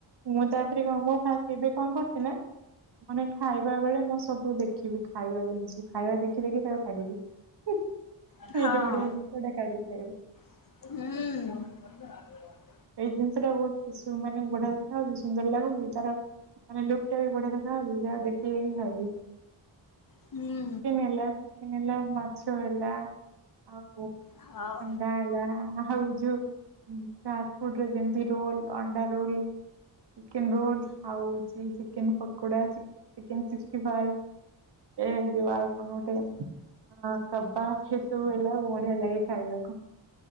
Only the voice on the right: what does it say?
ମୁଁ ତାପରେ କ ମୁଁ ଫାର୍ଷ୍ଟ ଏବେ କଣ କରୁଛି ନା। ମାନେ ଖାଇବା ବେଳେ ମୁଁ ସବୁ ଦେଖିବି ଖାଇବା ଜିନିଷ ଖାଇବା ଦେଖି ଦେଖି ତାକୁ ଖାଇଦେବି। ସେଇଟା
ବଢିଆ ଜିନିଷଟା କାଲି ଖାଇବି।
ଏଇ ଜିନିଷ ଟା ବହୁତ କିଶୁ କିଛି ମାନେ ବଢିଆ ଦେଖା ହଉଛି ସୁନ୍ଦର ଲାଗୁଛି ତାର ମାନେ ଲୁକ୍ ଟା ବି ବଢିଆ ଦେଖା ହଉଛି ଯାହା ଦେଖୁ ଦେଖୁ ଖାଇଦେବି।
ଚିକେନ ହେଲା। କେନ ହେଲା ମାଛ ହେଲା ଆଉ। ଥଣ୍ଡା
ହେଲା ଆଉ ଯୋଉ ହୁଁ। ଫାର୍ଷ୍ଟ ଫୁଡ୍ ରେ ବି ଯେମିତି ରୋଲ୍, ଅଣ୍ଡା ରୋଲ୍ ଚିକେନ୍ ରୋଲ୍, ଆଉ ହଉଚି chicken pakoda, ଚିକ chicken sixty five ଏ ଯୋଉ ଆଉ କଣ ଗୋଟେ ଆ, କବାବ ଏ ସବୁ ହେଲା ଆଉ ବଢିଆ ଲାଗେ ଖାଇବାକୁ।